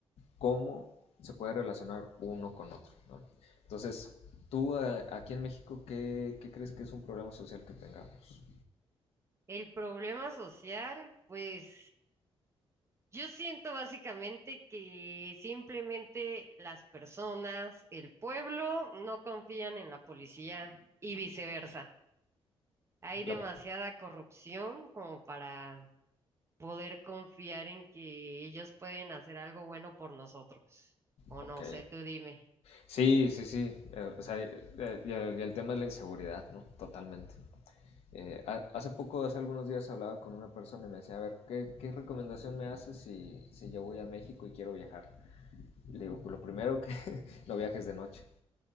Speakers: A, on the left; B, on the right.
A: cómo se puede relacionar uno con otro. ¿no? Entonces, tú a- aquí en México, ¿qué, qué crees que es un problema social que tengamos?
B: El problema social, pues yo siento básicamente que simplemente las personas, el pueblo, no confían en la policía y viceversa. Hay
A: La...
B: demasiada corrupción como para poder confiar en que ellos pueden hacer algo bueno por nosotros. O
A: Ok.
B: no sé, tú dime.
A: Sí, sí, sí. eh, o sea, eh, y, el y el tema de la inseguridad, ¿no? Totalmente. Eh, ha- hace poco, hace algunos días, hablaba con una persona y me decía, a ver, ¿qué, qué recomendación me haces si, si yo voy a México y quiero viajar? Le digo, pues lo primero que <laughs> no viajes de noche.